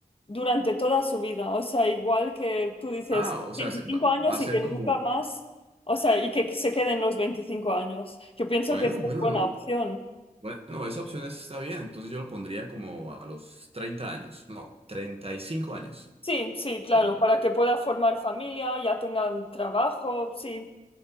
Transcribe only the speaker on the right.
Ah, o
sea, se- va,
va a ser
como,
bueno,
bueno,
¿no?
Bueno, esa opción está bien, entonces yo lo pondría como a los 30 años, no, 35 años.
Y